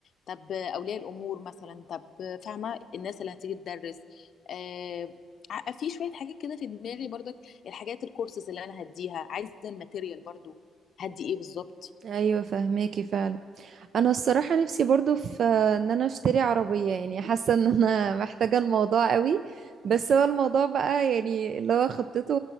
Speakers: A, on the left; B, on the right.
A: طب آه، اولياء الامور مثلا طب آه، فاهمه الناس اللي هتيجي تدرس آه ع- في شويه حاجات كده في دماغي برضك الحاجات الكورسز اللي انا هديها عايزه الماتيريال برضو هدي ايه بالظبط
B: ايوه فهماكي فعلا انا الصراحه نفسي برضو في ان انا اشتري عربيه يعني حاسه ان انا محتاجه الموضوع قوي بس هو الموضوع بقى يعني اللي هو خطته